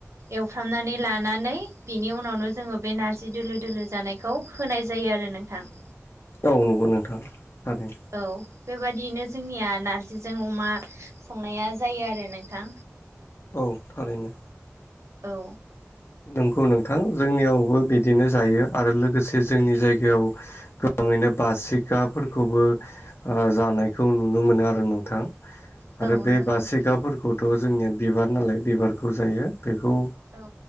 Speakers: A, on the right; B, on the left.
A: एवफ्रामनानै लानानै बिनि उनावनो जोङो बे नारजि दोलो दोलो जानायखौ खौ होनाय जायो आरो नोंथां।
B: औ नंगौ नोंथां थारैनो।
A: औ बेबादियैनो जोंनिया नारजिजों अमा संनाया जायो आरो नोंथां।
B: औ थारैनो।
A: औ।
B: नोंगौ नोंथां जोंनियावबो बिदिनो जायो आरो लोगोसे जोंनि जायगायाव गोबाङैनो बासिखाफोरखौबो ओ जानायखौ नुनो मोनो आरो नोंथां।
A: औ
B: आरो बे
A: नोंथां
B: बासिखाफोरखौथ' जोंनिया बिबार नालाय बिबारखौ जायो बेखौ
A: औ।